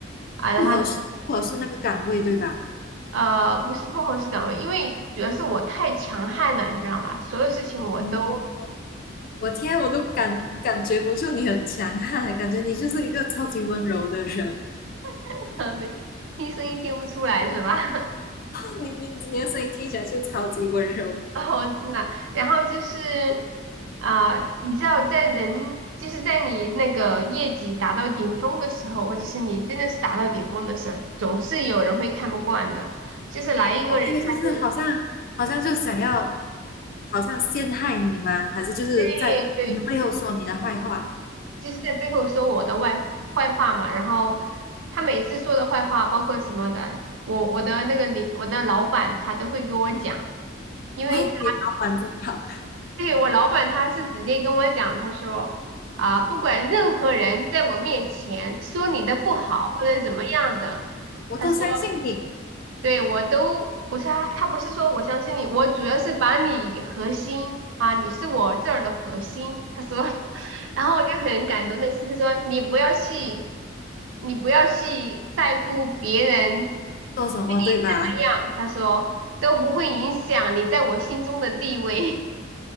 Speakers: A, on the right (about 75°); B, on the left (about 45°).
A: 啊，然后
B: 不合适，不合适那个岗位，对吧？
A: 呃，不是不合适岗位，因为主要是我太强悍了，你知道吗？所有事情我都
B: 哦，我天，我都感感觉不住你很强悍，感觉你就是一个超级温柔的人。
A: <laughs> 呃没听声音听不出来，是吧？<laughs>
B: 哦，你你你的声音听起来就超级温柔。
A: 哦，真的。然后就是啊、你知道，在人就是在你那个业绩达到顶峰的时候，或者是你真的是达到顶峰的时候，总是有人会看不惯的，就是来一个人他就
B: 哦，因为就是好像好像就想要，好像陷害你吗？还是就是在你的背后说你的坏话？
A: 对对。就是在背后说我的外坏话嘛。然后他每次说的坏话，包括什么的，我我的那个领我的老板他都会跟我讲，
B: 嗯，
A: 因为他
B: 哦，你老板真好。
A: 对我老板他是直接跟我讲，他说啊，不管任何人在我面前说你的不好或者怎么样的，
B: 我都相信你
A: 他说。对，我都不是啊，他不是说我相信你，我主要是把你核心啊，你是我这儿的核心。他说，<laughs> 然后我就很感动那是，他说你不要去，你不要去在乎别人对
B: 做什么，
A: 你怎么样，
B: 对吧？<laughs>
A: 他说都不会影响你在我心中的地位。